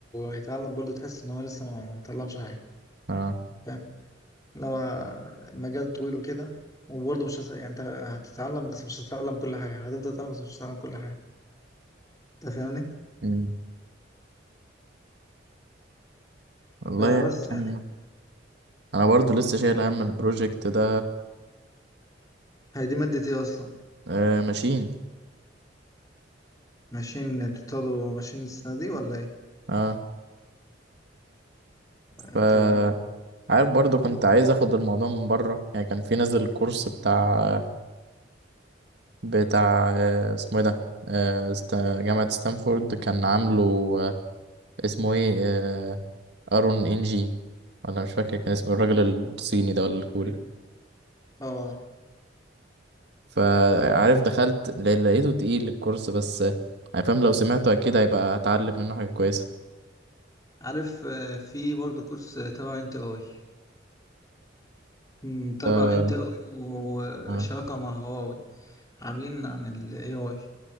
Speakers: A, on the left; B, on the right.
A: يتعلم برضه تحس ان هو لسه ما اتعلمش حاجه
B: اه
A: فاهم اللي هو المجال طويل وكده وبرضه مش هس... يعني انت هتتعلم بس مش هتتعلم كل حاجه هتفضل تتعلم بس مش هتتعلم كل حاجه انت فاهمني
B: مم. والله
A: فبس
B: يعني
A: يعني
B: كان انا برضو لسه شايل هم البروجكت ده
A: هي دي مادة ايه اصلا
B: آه ماشين
A: ماشين بتاخدوا ماشين السنة دي ولا ايه
B: اه
A: انت
B: ف عارف برضو كنت عايز اخد الموضوع من بره يعني كان في نازل كورس بتاع بتاع آه اسمه ايه ده آه است... جامعة ستانفورد كان عامله آه اسمه ايه آه ارون انجي ولا مش فاكر كان اسمه الراجل الصيني ده ولا الكوري
A: مم. اه
B: فعارف
A: آه،
B: دخلت ل- لقيته تقيل الكورس بس آه، يعني فاهم لو سمعته اكيد هيبقى هتعلم منه حاجة كويسة
A: عارف آه، في برضه كورس آه، تبع انت اي مم، تبع
B: آه،
A: انت اي وشراكة
B: اه
A: مع هواوي عاملين عن الاي اي